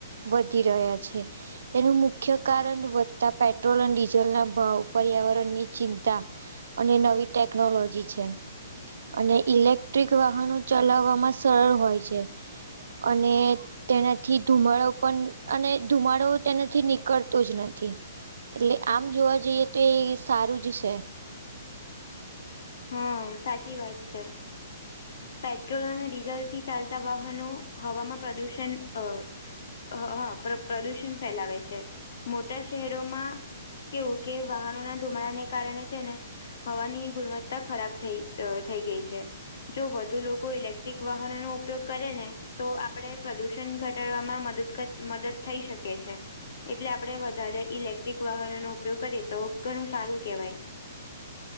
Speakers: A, on the right; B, on the left.
A: વધી રહ્યા છે. તેનું મુખ્ય કારણ વધતા પેટ્રોલ અને ડીઝલના ભાવ પર્યાવરણની ચિંતા અને નવી ટેકનોલોજી છે. અને ઇલેક્ટ્રિક વાહનો ચલાવવામાં સરળ હોય છે અને તેનાથી ધુમાડો પણ અને ધુમાડો તેનાથી નીકળતો જ નથી. એટલે આમ જોવા જઈએ તો એ સારું જ છે.
B: હા સાચી વાત છે. પેટ્રોલ અને ડીઝલથી ચાલતા વાહનો હવામાં પ્રદુષણ અ હ પ્રદુષણ ફેલાવે છે મોટા શહેરોમાં કેવું કે વાહનો ના ધુમડા ને કારણે છે ને હવાની ગુણવત્તા ખરાબ થઈ થઈ ગઈ છે. જો વધુ લોકો ઇલેક્ટ્રિક વાહનો નો ઉપયોગ કરે ને તો આપડે પ્રદુષણ ઘટાડવામાં મદદ મદદ થઈ શકે છે. એટલે આપડણે વધારે ઇલેક્ટ્રિક વાહનોનોો ઉપયોગ કરીએ તો ઘણું સારું કેહેવાય.